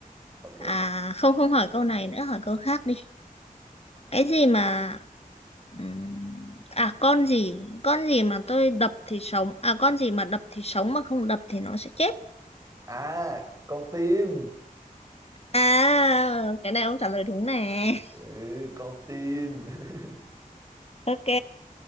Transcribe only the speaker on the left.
À không không hỏi câu này nữa, hỏi câu khác đi. Cái gì mà ừm, à con gì, con gì mà tôi đập thì sống, à con gì mà đập thì sống mà không đập thì nó sẽ chết.
À cái này ông trả lời đúng nè.
<laughs>
Ok.